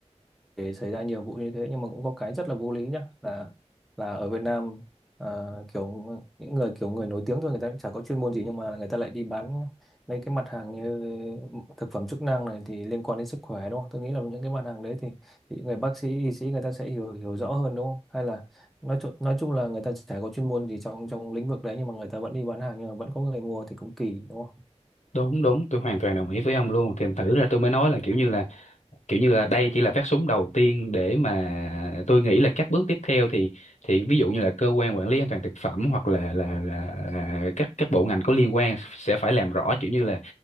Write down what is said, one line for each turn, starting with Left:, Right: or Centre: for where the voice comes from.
Centre: để xảy ra nhiều vụ như thế nhưng mà cũng có cái rất là vô lý nhá là là ở Việt Nam ờ, kiểu những người kiểu người nổi tiếng thôi người ta cũng chả có chuyên môn gì nhưng mà người ta lại đi bán mấy cái mặt hàng như thực phẩm chức năng này thì liên quan đến sức khỏe đúng không? Tôi nghĩ là những cái mặt hàng đấy thì, thì người bác sĩ y sĩ người ta sẽ hiểu hiểu rõ hơn đúng không? Hay là nói chung nói chung là người ta chả có chuyên môn gì trong trong lĩnh vực đấy nhưng mà người ta vẫn đi bán hàng nhưng mà vẫn có người mua thì cũng kỳ đúng
Left: đúng đúng tôi hoàn toàn đồng ý với ông luôn thì thử ra tôi mới nói là kiểu như là kiểu như là đây chỉ là phát súng đầu tiên để mà tôi nghĩ là các bước tiếp theo thì thì ví dụ như là cơ quan quản lý an toàn thực phẩm hoặc là là là à, các các bộ ngành có liên quan sẽ phải làm rõ kiểu như là